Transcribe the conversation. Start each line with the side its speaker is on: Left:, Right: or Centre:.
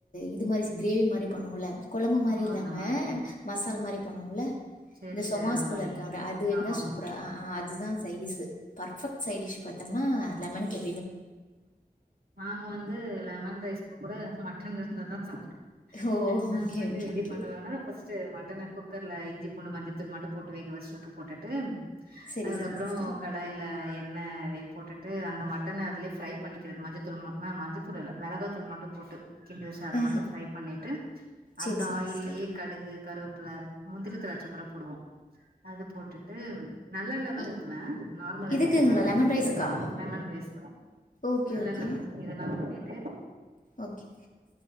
Left: இது மாரி கிரேவி மாரி பண்ணுவோம்ல கொழம்பு மாரி
Right: ஓ
Left: இல்லாம
Right: அந்த மாதிரி
Left: மசால் மாரி ருக்கும்ல
Right: சரி
Left: இந்த சோமாஸ்
Right: சரி அந்த
Left: குள்ள
Right: மாதிரி
Left: இருக்கும்முல அது
Right: ஆமா ஆமா
Left: சூப்பரா அதுதா சைடிஸ் பர்ஃபெக்ட் சைடிஷ் பாத்தம்னா லெமன் மணிக்கு
Right: நாங்க வந்து லெமன் ரைஸ் ப்ப கூட மட்டன் இருந்தா தா சாப் டுவோ
Left: ஓ
Right: நாங்க
Left: ஓகே
Right: வந்து
Left: ஓகே
Right: எப்டி
Left: ஓகே
Right: பண்ணுவோனா ஃபர்ஸ்ட்டு மட் குக்கர்ல இஞ்சி பூண்டு மஞ்ச தூள் மட்டும் போட்டு வேக வெச்சிட்டு உப்பு போட்டுட்டு
Left: சரி
Right: அதுக்கப்றம்
Left: சரிங்க சிஸ்டர்
Right: கடாயில எண் ணெ வே போட்டுட்டு அந்த மட்டனை அதுலய ஃப்ரை பண்ணிக்கிறது மஞ்சத்தூள் ம மஞ்சத்தூள் இல்ல மிளகா தூள் மட்டும் போட்டு கிண்டி வச்சு அத
Left: ஆ
Right: மட்டும் ஃப்ரை பண்ணிட்டு அந்த
Left: சரி சரிங்க
Right: ஆயில்லேயே
Left: சிஸ்டர்
Right: கடுகு கருவப்புள்ள முந்திரி திராட்சை கூட போடுவோம் அது போட்டுட்டு நல்லெண்ண தான்
Left: இ
Right: ஊத்துவேன் நார்மல்
Left: இதுக்குங்களா
Right: எண்ணெல்ல நல்லெண்ண
Left: லெமன்
Right: தான்
Left: ரைஸ்க்கா
Right: லெமன் ரைஸ்க்கெல்லாம்
Left: ஓகே
Right: நல்லெண்ணெ
Left: ஓகே
Right: இதெல்லாம் எத்து
Left: ஓகே